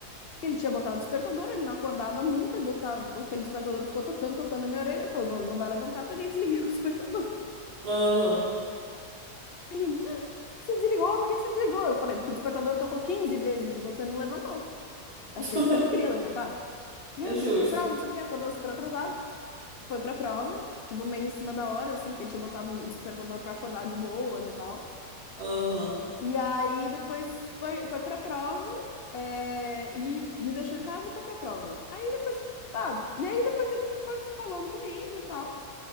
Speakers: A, on the left (about 55°); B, on the right (about 75°).
A: Porque ele tinha botado o despertador, ele não acordava nunca, botava, aquele despertador ficou tocando, tocando na minha orelha, ele falou, bom, ele não vai levantar, porque eu peguei e desliguei <laughs> o despertador.
B: aham,
A: Aí ele, você desligou, por que que você desligou? Eu falei, porque o despertador tocou 15 vezes e você não levantou. Achei
B: <laughs>
A: que você não queria levantar. Ele,
B: é
A: ah,
B: justo.
A: mas eu tenho prova, não sei o quê, acordou super atrasado. foi pra prova, tipo, meio em cima da hora, assim, porque ele tinha botado um despertador pra acordar de boas e tal.
B: Aham,
A: E aí depois foi, foi pra prova, é, e me deixou em casa e foi pra prova. Aí depois, tá, e aí depois ele foi falando comigo e tal.